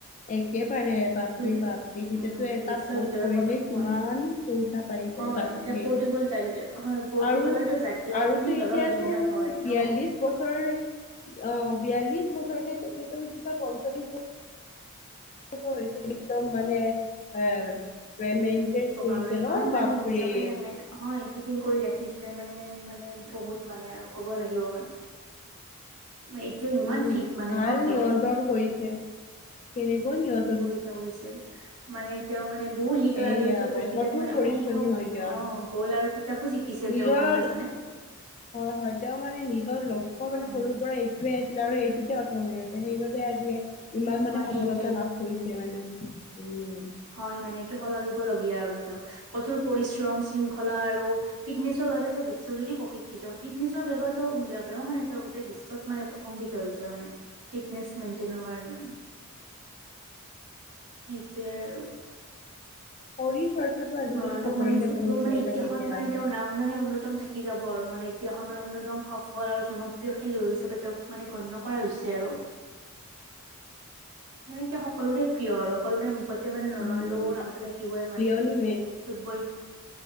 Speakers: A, on the left; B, on the right.
A: একেবাৰে বাপৰি
B: এইটো
A: বাপ তেখেতেতো
B: উম
A: এটা
B: বিশ্বৰ
A: পোষ্ট
B: ভিতৰত
A: কৰিলেই
B: প্ৰথম
A: কিমান
B: হয়
A: পইচা পা পাই
B: হয়
A: যে বাপৰে
B: এতিয়া পৰ্টুগল হয় পৰ্টুগালৰতো
A: আৰু
B: জাতীয়
A: আৰুটো
B: মানে দলৰ
A: এতিয়াতটো
B: অধিনায়ক হয় ন
A: বিয়াল্লিশ বছৰ অ বিয়াল্লিশ বছৰতে তেখেতৰ কিবা পঞ্চল্লিশ বছৰ বছৰ হৈছে কি একদম মানে আহ মেইনটেইন
B: কি ক'বা
A: কৰিছে
B: আৰু ইমান
A: ন
B: মানে
A: বাপৰে
B: নিজকে হয় ফিটিং কৰি ৰাখিছে মানে মানে বহুত মানে আৰু ক'ব লাগিব মানে। এতিয়াও ইমান
A: উম
B: ফিট মানে
A: ভাল
B: ন
A: নিয়ন্ত্ৰণ
B: তেওঁ
A: কৰিছে কেনেকৈ নিয়ন্ত্ৰ
B: কৰিছে কৰিছে মানে তেওঁ মানে বহু লীগৰ
A: এইয়া
B: আন্তৰিষ্ট প্ৰকৃতত
A: কঠোৰ
B: মানে অসংখ্য
A: পৰিশ্ৰমী হয় দিয়া
B: অ গ'ল আৰু। খিতাপো জিকিছে
A: নিজৰ
B: তেওঁ গম পাইছানে
A: হয় হয়। তেওঁ মানে নিজৰ লক্ষ্য মানে
B: উম
A: সৰুৰ পৰা এইটোৱে আছিল আৰু এইটোতে আকৰ্ষণীয় হৈ আছে সেইবাবে আজি ইমান
B: হয়
A: মানে
B: সেইটোৱে
A: সবলতা লাভ কৰিছে মানে। উম
B: হয় মানে এইটো সলাগিবলগীয়া আৰু তেওঁ কঠোৰ পৰিশ্ৰম শৃংখলা আৰু ফিটনেছৰ বাবে বিশ্বজুৰি প্ৰশিক্ষিত ফিটনেছৰ বাবেও মানে ত গোটেই বিশ্বত মানে প্ৰসংগিত। মানে ফিটনেচ মেইটেইনৰ কাৰণে মানে। সেইটোৱে আৰু।
A: শৰীৰ চৰ্চাটো আজিকালি
B: ৰনাল্ডক
A: নকৰিলে
B: মানে ফুটবল
A: বহুত
B: মানে
A: ভয়
B: ইতিহাসত
A: লাগে দিয়া
B: মানে তেওঁৰ নাম মানে উন্ন উতম থাকি যাব আৰু মানে এতিয়াখন মানে অন্যতম সফল আৰু জনপ্ৰিয় খেলুৱৈ হিচাপে তেওঁক মানে গণ্য কৰা হৈছে মানে এতিয়া সকলোৰে প্ৰিয় আৰু সকলোৰে মুখত এতিয়া মানে
A: উম
B: ৰনাল্ডোৰ
A: উম
B: নামটো থাকিবই মানে
A: <unintelligible> লিঅনেল
B: ফুটবল